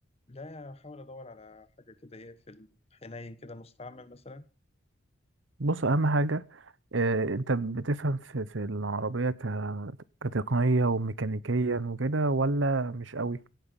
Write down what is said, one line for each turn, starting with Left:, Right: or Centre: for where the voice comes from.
Left: لا احاول ادور على حاجه كده ايه في الحنين كده مستعمل مثلا
Right: بص اهم حاجة اه انت بتفهم في, في العربية ك... كتقنية وميكانيكيا وكده ولا مش قوي